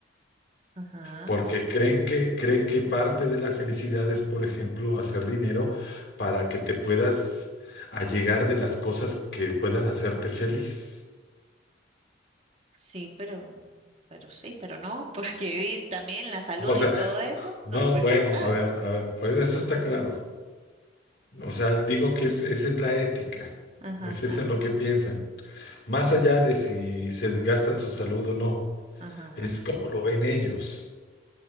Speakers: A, on the right; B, on the left.
A: Ajá.
B: porque creen que, creen que parte de la felicidad es, por ejemplo, hacer dinero para que te puedas allegar de las cosas que puedan hacerte feliz.
A: Sí, pero, pero sí, pero no, <laughs> porque di- también la salud
B: O sea,
A: y todo eso
B: no,
A: no lo puede
B: bueno,
A: comprar.
B: a ver, a ver, pues eso está claro. O sea, digo que es- esa es la ética.
A: Ajá,
B: Ese
A: ajá,
B: es eso en lo que piensan. Más allá de si se gastan su salud o no.
A: ajá, ajá,
B: Es como lo ven ellos.